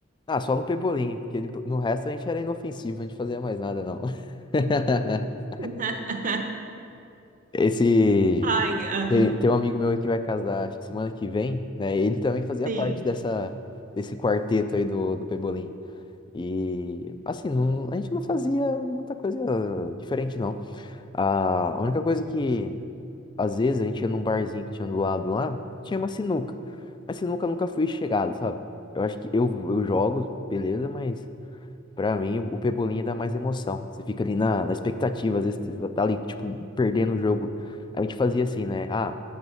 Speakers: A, on the left; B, on the right.
A: Ah, só no pebolim, porque ele- no resto a gente era inofensivo, a gente fazia mais nada, não. <laughs>
B: <laughs>
A: Esse.
B: Ai, ah,
A: Tem, tem um amigo meu aí que vai casar, acho que semana que vem, né? Ele também fazia
B: sim,
A: parte dessa, desse quarteto aí do, do Pebolim. E, assim, não- a gente não fazia muita coisa diferente, não. A, a única coisa que, às vezes, a gente ia num barzinho que tinha do lado lá, tinha uma sinuca. Mas sinuca eu nunca fui chegado, sabe? Eu acho que eu, eu jogo, beleza, mas Pra mim, o Pebolinha dá mais emoção. Você fica ali na, na expectativa, às vezes você tá ali, tipo, perdendo o jogo. A gente fazia assim, né? Ah,